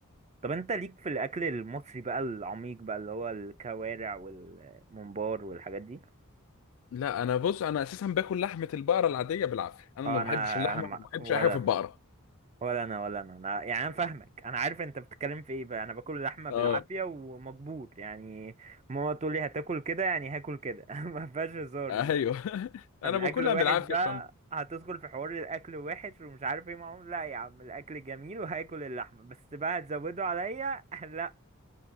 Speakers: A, on the right; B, on the left.
A: طب انت ليك في الاكل المصري بقى العميق بقى اللي هو الكوارع والممبار والحاجات دي
B: لا انا بص انا اساسا باكل لحمه البقره العاديه بالعافيه انا
A: اه
B: ما بحبش
A: انا
B: اللحمه
A: انا مع...
B: وما بحبش
A: ولا
B: اي حاجه في
A: انا
B: البقره
A: ولا انا ولا انا انا يعني انا فاهمك انا عارف انت بتتكلم في ايه بقى انا باكل لحمه بالعافيه
B: اه
A: ومجبور يعني ماما تقول لي هتاكل كده يعني هاكل كده <laughs> ما فيهاش هزار
B: ايوه
A: دي
B: <laughs> انا
A: الاكل
B: باكلها
A: وحش
B: بالعافيه
A: بقى
B: فم...
A: هتدخل في حوار الاكل وحش ومش عارف ايه معاهم لا يا عم الاكل جميل وهاكل اللحمه بس بقى هتزودوا عليا <laughs> لا